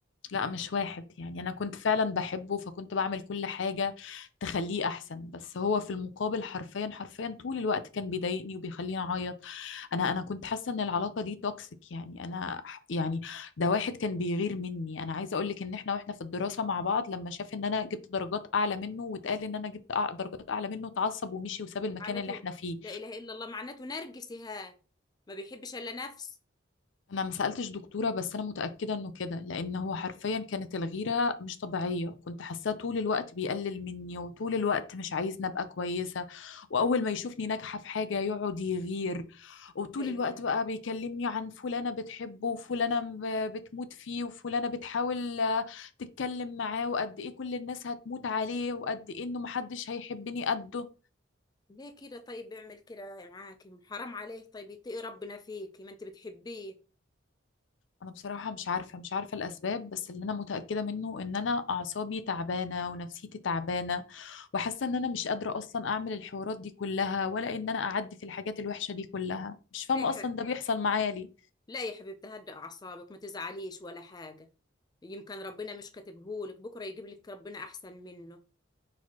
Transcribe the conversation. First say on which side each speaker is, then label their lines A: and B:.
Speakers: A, on the left; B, on the left.
A: لا مش واحد يعني انا كنت فعلا بحبه فكنت بعمل كل حاجه تخليه احسن بس هو في المقابل حرفيا حرفيا طول الوقت كان بيضايقني وبيخليني اعيط انا انا كنت حاسه ان العلاقه دي توكسيك يعني انا ح- يعني ده واحد كان بيغير مني انا عايزه اقول لك ان احنا واحنا في الدراسه مع بعض لما شاف ان انا جبت درجات اعلى منه واتقال ان انا جبت أع- درجات اعلى منه اتعصب ومشي وساب المكان
B: معناته
A: اللي احنا فيه
B: لا اله الا الله معناته نرجسي هاد ما بيحبش الا نفس
A: انا ما سالتش دكتوره بس انا متاكده انه كده لان هو حرفيا كانت الغيره مش طبيعيه كنت حاساه طول الوقت بيقلل مني وطول الوقت مش عايزني ابقى كويسه واول ما يشوفني ناجحه في حاجه يقعد يغير وطول
B: لا
A: الوقت
B: اله الا
A: بقى
B: الله
A: بيكلمني عن فلانه بتحبه وفلانه ب- بتموت فيه وفلانه بتحاول آه، تتكلم معاه وقد ايه كل الناس هتموت عليه وقد ايه انه محدش هيحبني قده
B: ليه كده طيب بيعمل كده معاكي حرام عليه طيب يتقي ربنا فيكي ما انت بتحبيه
A: انا بصراحة مش عارفة مش عارفة الاسباب بس اللي انا متأكدة منه ان انا اعصابي تعبانة ونفسيتي تعبانة وحاسة ان انا مش قادرة اصلا اعمل الحوارات دي كلها ولا ان انا اعدي في الحاجات الوحشة دي كلها مش فاهمة
B: ليه
A: اصلا ده بيحصل معايا ليه
B: لا يا حبيبتي هدأ أعصابك ما تزعليش ولا حاجة يمكن ربنا مش كاتبهولك بكرة يجيب لك ربنا أحسن منه